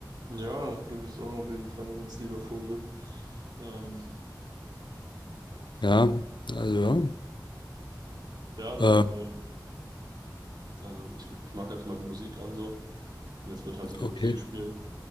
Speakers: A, on the right; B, on the left.
A: Ja, du bist auch auf jeden Fall ein ganz lieber Vogel. Ähm,
B: Ja, also
A: ja, dann.
B: ja. Äh,
A: ähm, Dann, ich, ich mache jetzt mal die Musik an so. Und jetzt wird halt so die Musik
B: okay.
A: spielen.